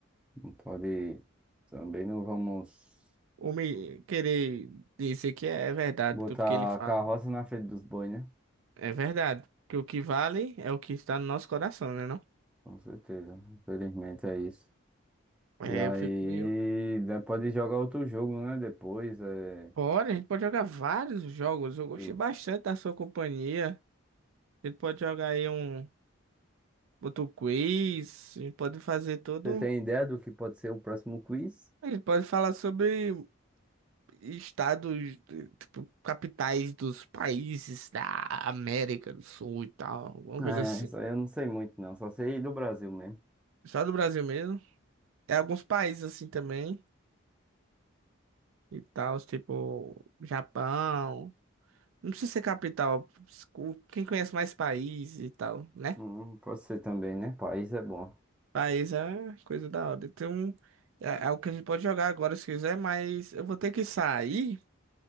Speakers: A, in the centre; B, on the right.
A: Não pode. Também não vamos
B: O me querer dizer que é verdade
A: botar
B: tudo que ele fala.
A: a carroça na frente dos bois, né?
B: É verdade. Porque o que vale é o que está no nosso coração, né, não?
A: Com certeza. Infelizmente é isso.
B: É,
A: E aí,
B: eu fico meio.
A: né, pode jogar outro jogo, né? Depois. É...
B: Bora, a gente pode jogar vários jogos. Eu gostei
A: eu-
B: bastante da sua companhia. A gente pode jogar aí um outro quiz. A gente pode fazer todo.
A: Você tem ideia do que pode ser o próximo quiz?
B: A gente pode falar sobre estados, eh, tipo, capitais dos países da América do Sul e tal. Alguma
A: É,
B: coisa assim.
A: isso aí eu não sei muito, não. Só sei do Brasil mesmo.
B: Só do Brasil mesmo. É alguns países assim também. E tal, tipo, Japão. Não precisa ser capital. com- Quem conhece mais país e tal, né?
A: Hum, pode ser também, né? País é bom.
B: País é coisa da hora. Então, é é o que a gente pode jogar agora se quiser, mas eu vou ter que sair,